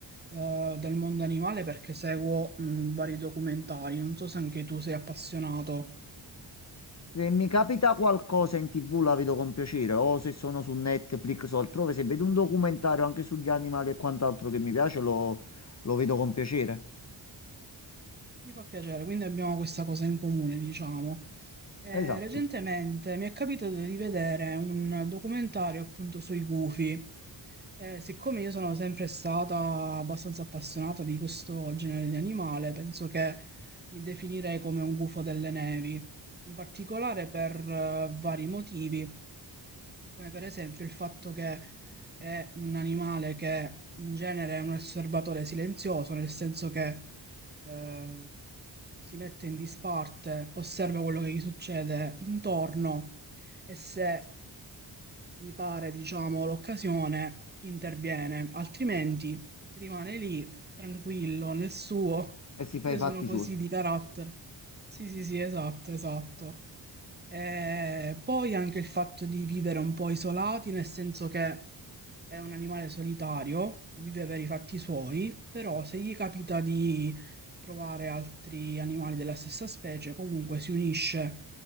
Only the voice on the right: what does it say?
eh, del mondo animale perché seguo mh, vari documentari. Non so se anche tu sei appassionato.
Mi fa piacere, quindi abbiamo questa cosa in comune, diciamo. Eh,
recentemente mi è capitato di vedere un documentario appunto sui gufi. Eh, siccome io sono sempre stata abbastanza appassionata di questo genere di animale, penso che mi definirei come un gufo delle nevi, in particolare per eh, vari motivi. Come per esempio il fatto che è un animale che in genere è un osservatore silenzioso, nel senso che eh, si mette in disparte, osserva quello che gli succede intorno e se gli pare, diciamo, l'occasione, interviene, altrimenti rimane lì tranquillo nel suo.
Io
sono così
di carattere. Sì, sì, sì, esatto, esatto. E poi anche il fatto di vivere un po' isolati, nel senso che è un animale solitario, vive per i fatti suoi, però se gli capita di trovare altri animali della stessa specie, comunque si unisce